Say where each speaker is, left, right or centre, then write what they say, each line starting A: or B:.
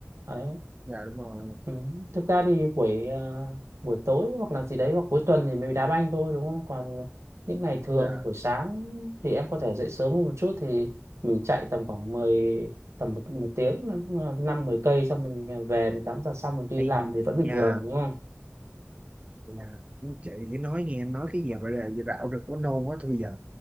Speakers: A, on the right; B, on the right.
A: đấy
B: dạ đúng rồi
A: Ừ. Thực ra thì buổi à, buổi tối hoặc là gì đấy hoặc cuối tuần thì mình đá banh thôi đúng không? Còn những ngày thường
B: dạ
A: buổi sáng thì em có thể dậy sớm hơn một chút thì mình chạy tầm khoảng mười tầm một, một tiếng năm 10 cây xong mình ờ, về mình tắm giặt xong mình đi
B: ây
A: làm thì vẫn bình
B: da
A: thường đúng
B: là chị thì nói nghe em nói cái giờ bây giờ rạo rực quá nôn quá thôi bây giờ